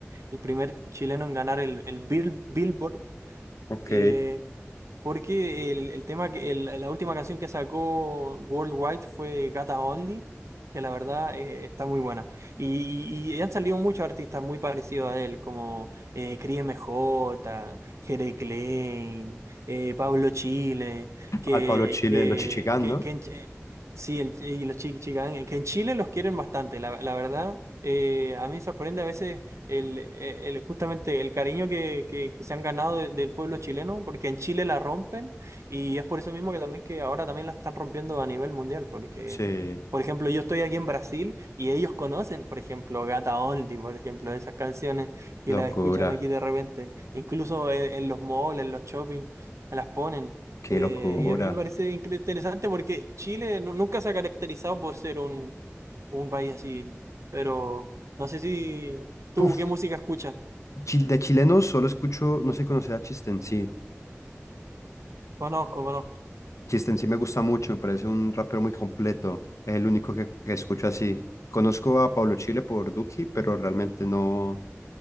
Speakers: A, on the right; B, on the left.
A: el primer chileno en ganar el, el Bill- Billboard.
B: ok.
A: eh, porque el, el tema que el- la última canción que sacó Worldwide fue Gata Only, que la verdad eh, está muy buena. Y, y- y han salido muchos artistas muy parecidos a él, como eh, Cris MJ, Jere Klein, eh, Pablo Chile, que,
B: Al Pablo Chile,
A: que,
B: Los Chichigán,
A: que,
B: ¿no?
A: que en Ch- eh, sí, el- y los Chic Chic Gang, que en Chile los quieren bastante, la, la verdad. eh, a mí me sorprende a veces el, e, el- justamente el cariño que, que- que se han ganado de- del pueblo chileno, porque en Chile la rompen y es por eso mismo que también que ahora también la están rompiendo a nivel mundial, porque,
B: Sí,
A: por ejemplo, yo estoy aquí en Brasil y ellos conocen, por ejemplo, Gata Only, por ejemplo, esas canciones y
B: locura,
A: las escuchan aquí de repente, incluso en, en los malls, en los shopping, las ponen.
B: qué
A: Eh,
B: locura.
A: y a mí me parece incre- interesante porque Chile nu- nunca se ha caracterizado por ser un, un país así, pero no sé si ¿Tú
B: Puf.
A: qué música escuchas?
B: Chil- De chilenos solo escucho, no sé si conoces a Chistency.
A: Conozco, conozco.
B: Chistency me gusta mucho, me parece un rapero muy completo. Es el único que, que escucho así. Conozco a Pablo Chile por Duki, pero realmente no,